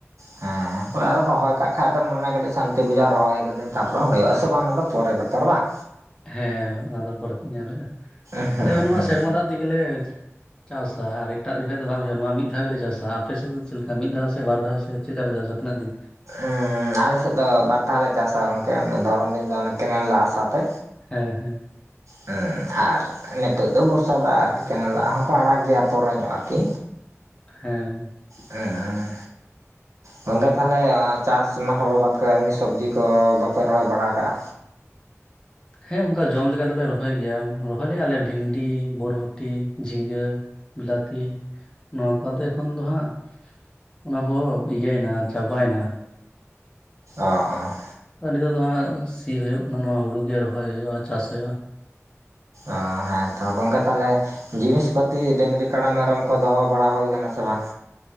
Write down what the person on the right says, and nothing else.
ᱛᱟᱯᱚᱨ ᱟᱨᱚ ᱨᱚᱦᱚᱭ ᱠᱟᱜ ᱠᱷᱟᱡ ᱫᱚ ᱢᱚᱱᱮ ᱠᱟᱹᱴᱤᱜ ᱥᱟᱱᱛᱤ ᱵᱩᱡᱷᱟᱹᱜ-ᱟ ᱨᱚᱦᱚᱭ ᱠᱟᱫᱟᱹᱧ ᱛᱟᱯᱚᱨᱮ ᱦᱩᱭᱩᱜ-ᱟ ᱥᱮ ᱵᱟᱝ ᱚᱱᱟᱫᱚ ᱯᱚᱨᱮ ᱵᱮᱯᱟᱨ ᱵᱟᱝ᱾
ᱦᱮᱸ
ᱦᱮᱸ᱾
ᱮᱻ ᱟᱞᱮ ᱥᱮᱜ ᱫᱚ ᱵᱟᱨ ᱫᱷᱟᱣ ᱞᱮ ᱪᱟᱥᱟ ᱜᱚᱝᱠᱮ ᱫᱷᱚᱨᱚᱱ ᱫᱤᱱ ᱫᱚ ᱚᱱᱮ ᱠᱮᱱᱮᱞ ᱫᱟᱜᱽ ᱟᱥᱟ ᱛᱮ
ᱦᱩᱸ ᱟᱨ ᱱᱤᱛᱚᱜ ᱫᱚ ᱵᱚᱨᱥᱟ ᱫᱟᱜᱽ ᱟᱨᱠᱤ ᱠᱮᱱᱮᱞ ᱫᱟᱜᱽ ᱦᱚᱸᱠᱚ ᱟᱲᱟᱜ ᱜᱮᱭᱟ ᱯᱚᱨᱮ ᱧᱚᱜ ᱟᱨᱠᱤ᱾
ᱮᱸ ᱜᱚᱝᱠᱮ ᱛᱟᱦᱚᱞᱮ ᱪᱟᱥ ᱚᱱᱟ ᱦᱩᱲ ᱵᱟᱫ ᱠᱟᱛᱮ ᱮᱢᱱᱤ ᱥᱚᱵᱽᱡᱤ ᱠᱚ ᱵᱟᱯᱮ ᱨᱚᱦᱚᱭ ᱵᱟᱲᱟ ᱠᱟᱜ-ᱟ?
ᱚ ᱦᱚᱸ᱾
ᱚ ᱦᱮᱸᱛᱚ ᱜᱚᱝᱠᱮ ᱛᱟᱦᱚᱞᱮᱼᱼ ᱡᱤᱱᱤᱥ ᱯᱟᱹᱛᱤ ᱰᱟᱹᱝᱨᱤ ᱠᱟᱲᱟ ᱢᱮᱨᱚᱢ ᱠᱚ ᱫᱚᱦᱚ ᱵᱟᱲᱟ ᱦᱩᱭ ᱟᱠᱟᱱᱟ ᱥᱮ ᱵᱟᱝ?